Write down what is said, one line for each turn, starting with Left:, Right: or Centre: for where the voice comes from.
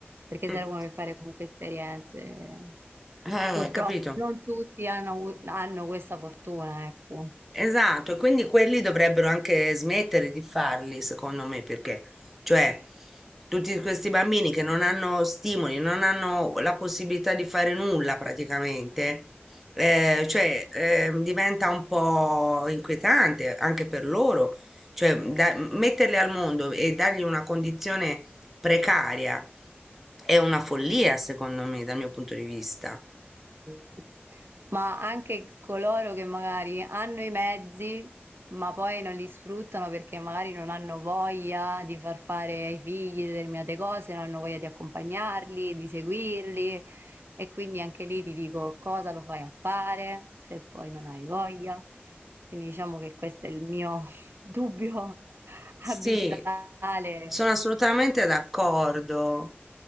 Right: perché
Centre: Mm.
Right: servono per fare comunque esperienze.
Centre: Eh,
Right: Purtroppo
Centre: capito?
Right: non tutti hanno, avu- hanno questa fortuna, ecco.
Centre: Esatto, e quindi quelli dovrebbero anche smettere di farli, secondo me, perché, cioè, tutti questi bambini che non hanno stimoli, non hanno la possibilità di fare nulla praticamente, eh, cioè, eh, diventa un po' inquietante anche per loro, cioè, da- metterli al mondo e dargli una condizione precaria è una follia, secondo me, dal mio punto di vista.
Right: Mhm. ma anche coloro che magari hanno i mezzi, ma poi non li sfruttano perché magari non hanno voglia di far fare ai figli determinate cose, non hanno voglia di accompagnarli, di seguirli. E quindi anche lì ti dico cosa lo fai a fare se poi non hai voglia. Quindi diciamo che questo è il mio <laughs> dubbio <laughs>
Centre: Sì,
Right: abissale.
Centre: Sono assolutamente d'accordo.